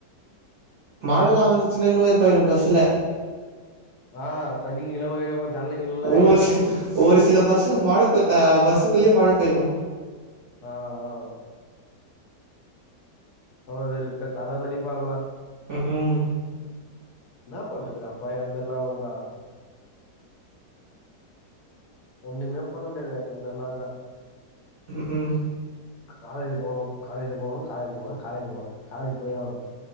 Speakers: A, on the right; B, on the left.
A: மழல்லா வந்துச்சுன்னா இன்னு வெறுப்பாயிரு பஸ்ஸுல
B: ஆஹ் தண்ணி கீழ போயிடு ஜன்னல் கின்னல்லா
A: ஒரு
B: அடிக்கு
A: சி ஒரு சில பஸ்ல மழை அ பஸ்ஸுக்குள்ளயே மழை பெய்யு
B: ஆஹ் ஆஹ் அவ விருப்ப தல வலிப்பா அதல்லா
A: ம்ம்
B: என்ன பண்றது அப்பா எறந்திரல அவ்ளோதா ஒண்ணுமே பண்ண முடியாது அது மாதிரில்லா இருந்தா
A: உஹம் உம்
B: காலேஜக்கு போனு காலேஜ் போனு காலேஜ் போனு காலேஜ் போனு காலேஜ் போயே ஆகனு